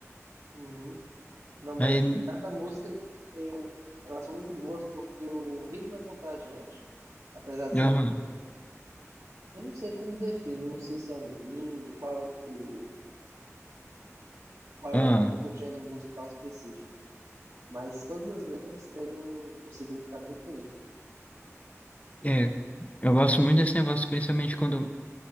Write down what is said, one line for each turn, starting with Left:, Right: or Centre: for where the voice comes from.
Right: Uhum. Não, mas
Left: Aí.
Right: cada música tem um... Elas são muito boas porque o ritmo é contagiante, apesar de
Left: Aham.
Right: ser tipo. Eu não sei como define, não sei se é um indie, qual é o, qual
Left: Aham.
Right: é o gênero musical específico. Mas todas as letras têm um, um significado muito bonito.
Left: É, eu gosto muito desse negócio, principalmente quando